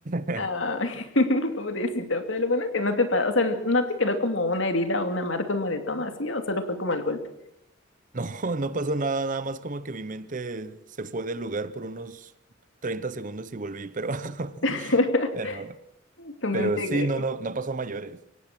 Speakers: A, on the right (about 40°); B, on the left (about 70°).
A: <laughs>
B: Ay, <laughs> pobrecita, pero lo bueno que no te pa- o sea, no te quedó como una herida o una marca, un moretón o así, o solo fue como el golpe.
A: No, no pasó nada, nada más como que mi mente se fue del lugar por unos 30 segundos y volví, pero, <laughs>
B: <laughs>
A: pero,
B: Tu mente
A: pero sí,
B: que,
A: no, no, no pasó a mayores.